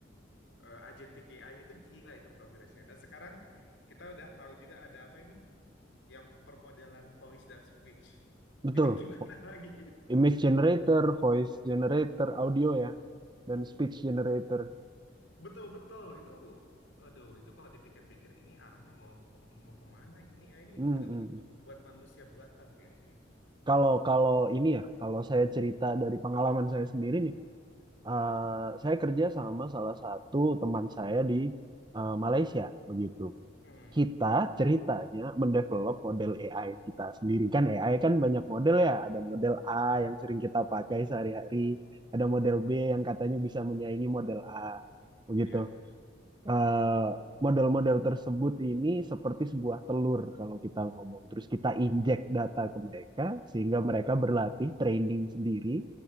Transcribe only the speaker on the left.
eh, agentic AI itu gila itu progresnya. Dan sekarang kita udah tahu juga ada apa ini yang permodelan voice dan speech.
Itu gimana
<laughs> lagi?
Betul-betul itu aduh itu kalau dipikir-pikir ini arahnya mau mau kemana ini ya ini
benar-benar
mau membuat manusia buatan kayaknya.
Hmm.
Ya.